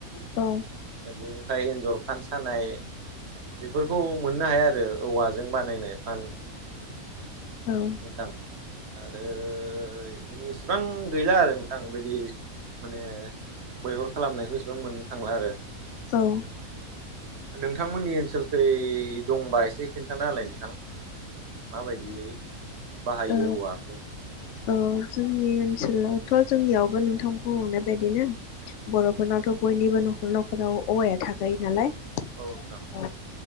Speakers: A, on the left; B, on the right.
A: औ
B: बेनिफ्राय एन्जर फान सानाय बेफोरखौ मोननो हाया आरो औवाजों बानायनाय फान
A: औ
B: नोंथां आरो इदिनो इसिबां गैला आरो नोंथां बिदि माने मैहुर खालामनायखौ इसिबां मोननो थांला आरो।
A: औ
B: नोंथांमोननि ओनसोलखै दंबा एसे खिन्थाना होलाय नोंथां। माबायदियै। बाहायो
A: ओ
B: औवाखौ
A: औ जोंनि ओनसोलावथ' जोंनियावबो नोंथां बुंहरनाय बायदिनो। बर'फोरनावथ' बयनिबो न'खर न'खराव औवाया थाखायो नालाय।
B: औ नोंथां।
A: ओ